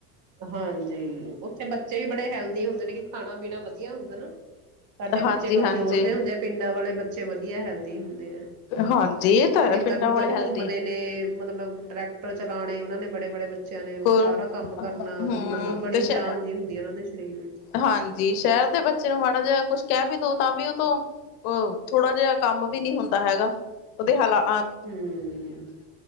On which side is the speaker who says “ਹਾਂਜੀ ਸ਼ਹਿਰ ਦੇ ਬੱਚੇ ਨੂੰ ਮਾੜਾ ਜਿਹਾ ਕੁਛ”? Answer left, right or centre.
Left